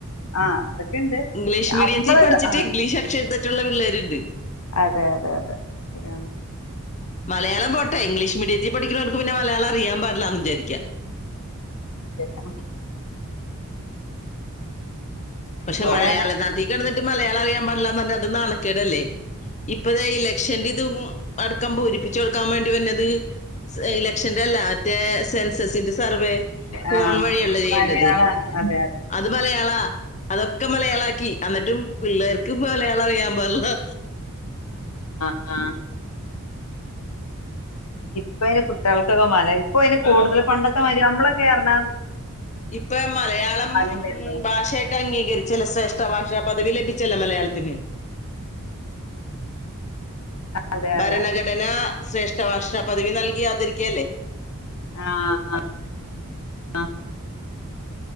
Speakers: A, on the left; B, on the left.
A: ആ അതൊക്കെ ഉണ്ട്
B: ഇംഗ്ലീഷ് മീഡിയത്തി
A: നമ്മള്
B: പഠിച്ചിട്ട്
A: ആ
B: ഇംഗ്ലീഷ് അക്ഷര തെറ്റുള്ള പിള്ളേരുണ്ട്
A: അതെ അതെ അതെ ശരിയാണ്
B: മലയാളം പോട്ടെ. ഇംഗ്ലീഷ് മീഡിയത്തിൽ പഠിക്കുന്നവർക്ക് പിന്നെ മലയാളം അറിയാൻ പാടില്ലന്ന് വിചാരിക്കാ
A: ഉ
B: പക്ഷെ
A: കൊറേ
B: മലയാള നാട്ടീ കിടന്നിട്ട് മലയാളം അറിയാൻ പടില്ല അത് നണക്കേടല്ലേ? ഇപ്പത ഇലക്ഷൻന്റെ ഇതും അടക്കം പൂരിപ്പിക്കും ിച്ച കൊടുക്കാൻ വേണ്ടി വന്നത്? ഇലക്ഷന്റെ അല്ലാ മറ്റേ സെൻസസിന്റെ സർവേ ഫോൺ
A: ആ
B: വഴിയല്ല ചെയ്യേണ്ടത്?
A: മലയാളം അതെ അതെ
B: അത് മലയാളാ അതൊക്കെ മലയാള ആക്കി അന്നിട്ടും പിള്ളേർക്കും ഇപ്പം മലയാള അറിയാൻ പാടില്ല
A: ആഹ ഇപ്പൊ അതിന്റെ കുട്ടികൾക്കൊക്കെ മര ഇപ്പ അതിന് കൂടുതൽ പണ്ടൊക്കെ മതി നമ്മളൊക്കെറഞ്ഞാ
B: ഇപ്പൊ മലയാളം
A: ഉണ്ടായിരുന്നു
B: ഉ ഭാഷായിട്ട് അംഗീകരിച്ചില്ല സർ മത്ത ഭാഷാ പദവി ലഭിച്ചല്ല മലയാളത്തിന്?
A: അതെ
B: ഭരണഘടന
A: അതെ
B: ശ്രേഷ്ഠ ഭാഷാ പദവി നൽകിയാതിരിക്കുകല്ലേ?
A: ആഹ ആഹ ആഹ